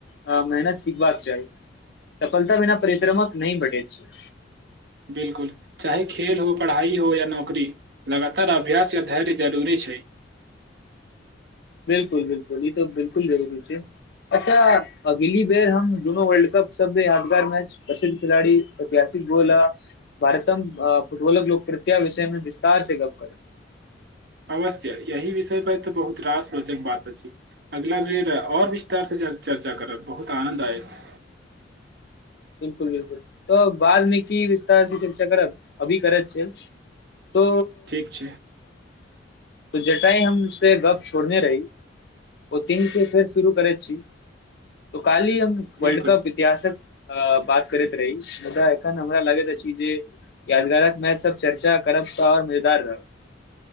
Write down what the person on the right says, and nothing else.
बिल्कुल, चाहे खेले हो, पढ़ाइ हो या नौकरी लगातार अभ्यास या धैर्य जरूरी छै।
अवश्य यही विषय पर तॅं बहुत रास रोचक बात अछि। अगला बेर और विस्तार से चर्चा करब बहुत आनंद आयत
ठीक छै
बिलकुल